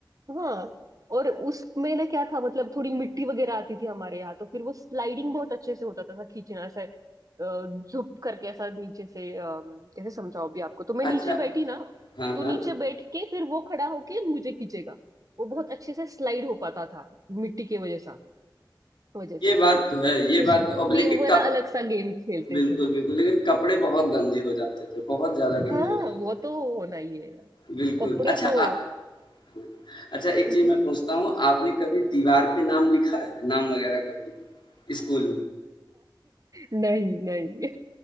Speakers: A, on the right (about 45°); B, on the left (about 70°).
A: हाँ और उसमें ना क्या था मतलब थोड़ी मिट्टी वगैरह आती थी हमारे यहाँ तो फिर वो स्लाइडिंग बहुत अच्छे से होता था ऐसा खींचना ऐसे अ, झुक करके ऐसा नीचे से अ, कैसे समझाओ भी आपको तो मैं नीचे
B: अच्छा
A: बैठी ना
B: हाँ,
A: तो
B: हाँ।
A: नीचे बैठ के फिर वो खड़ा होके मुझे खींचेगा वो बहुत अच्छे से स्लाइड हो पाता था मिट्टी की वजह से वजह
B: ये
A: से
B: बात
A: तो
B: तो है, ये
A: उस
B: बात तो अब
A: भी
B: लेकिन
A: वाला
B: क
A: अलग सा गेम खेलते
B: बिल्कुल,
A: थे हम
B: बिल्कुल, लेकिन कपड़े बहुत गंदे हो जाते थे, बहुत ज़्यादा
A: हाँ
B: गंदे हो जाते
A: वो
B: थे।
A: तो होना ही है यार।
B: बिल्कुल।
A: कपड़े
B: अच्छा
A: तो
B: आ अच्छा एक
A: <laughs>
B: चीज़
A: नहीं
B: मैं पूछता हूँ, आपने कभी दीवार पे नाम लिखा है? नाम वग़ैरह कभी स्कूल में?
A: नहीं